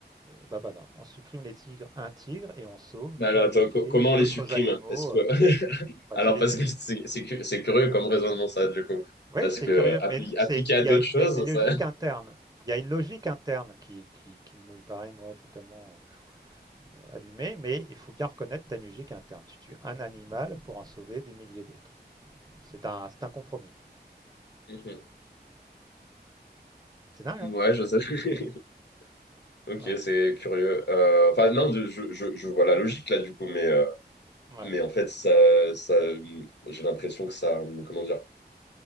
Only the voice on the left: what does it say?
Alors,
attends, co- comment on les
supprime?
Est-ce
que... <laughs>
Alors,
parce
que c'est c'est cu- c'est curieux comme raisonnement, ça, du coup.
Parce
que
appli
appliqué
à
d'autres
choses,
ça.
Mhm.
<laughs>
Ouais, je sais. <laughs> Ok,
c'est curieux. Euh, Enfin, non, de- je, je, je vois la logique là, du coup, mais, euh,
mais en fait, ça, ça, j'ai l'impression que ça, comment dire,